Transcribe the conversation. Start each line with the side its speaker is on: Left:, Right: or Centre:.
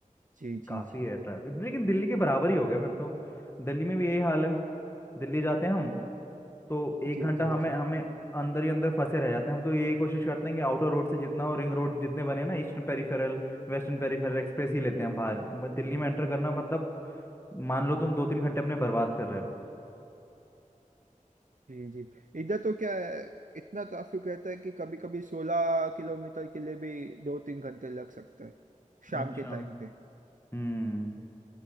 Right: जी जी
Left: काफ़ी
Right: जी
Left: है ट्रैफिक लेकिन दिल्ली के बराबर ही हो गया फिर तो दिल्ली में भी यही हाल है दिल्ली जाते हैं हम तो एक
Right: जी
Left: घंटा
Right: जी
Left: हमें
Right: जी
Left: हमें अंदर ही अंदर फंसे रह जाते हैं हम तो यही कोशिश करते हैं कि आउटर रोड से जितना हो रिंग रोड जितने बने ना eastern peripheral western peripheral express ही लेते हैं हम बाहर ब- दिल्ली में एंटर करना मतलब मान लो तुम दो तीन घंटे अपने बर्बाद कर रहे हो
Right: जी जी इधर तो क्या है इतना ट्रैफिक रहता है कि कभी कभी सोलह किलोमीटर के लिए भी दो तीन घंटे लग सकता है शाम
Left: अच्छा
Right: के टाइम पे
Left: हम्म